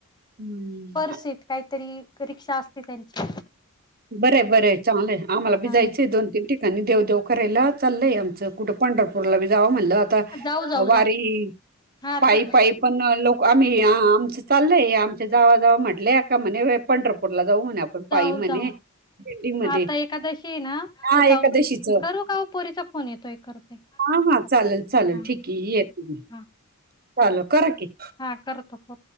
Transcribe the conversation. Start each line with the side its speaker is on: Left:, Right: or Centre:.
Right: हम्म.
Left: पर सीट काहीतरी रिक्षा असतील त्यांची.
Right: बरं बरं चांगलंय आम्हाला बी
Left: हा
Right: जायचं आहे दोन तीन ठिकाणी देव देव करायला चाललंय आमचं कुठं पंढरपूरला बी जावं म्हणलं आता
Left: जाऊ जाऊ जाऊ
Right: वारी
Left: हा आता
Right: पायी पाई पण लोक आम्ही आमचं चाललंय आहे आमच्या जावा जावा म्हटलंय ए का म्हणे पंढरपूरला जाऊ म्हणे आपण. पाई
Left: जाऊ
Right: म्हणे.
Left: जाऊ
Right: दिंडीमध्ये
Left: आता एखादशी ये ना
Right: हा
Left: तर जाऊ.
Right: एकादशीच
Left: करू का पोरीचा फोन येतोय करते.
Right: हा हा, चालेल चालेल
Left: हा
Right: ठीक आहे येते मी.
Left: हा
Right: चालल करा की.
Left: हा करतो करतो